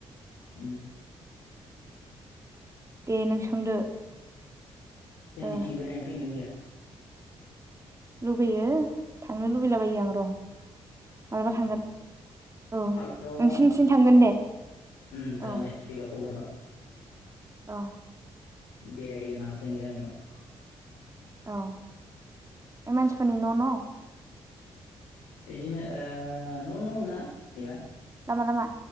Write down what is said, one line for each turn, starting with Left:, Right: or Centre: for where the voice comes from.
Left: ओम
Right: दे नों सोंदो
Left: जोंनिथिं
Right: ओ
Left: बेरायनो फैनो लुगैया?
Right: लुुबैयो थांनो लुबैलाबायो आं र' मालाबा थांगोन औ
Left: बेयाव
Right: नोंसनिथिं थांगोन दे
Left: उम जागोन
Right: औ
Left: दे फैबा खबर
Right: औ
Left: बेरायहैगोन आं जोंनि गामियाव
Right: औ बे मानसिफोरनि न' न'
Left: बिदिनो ओ न' न' नङा जेनेबा
Right: लामा लामा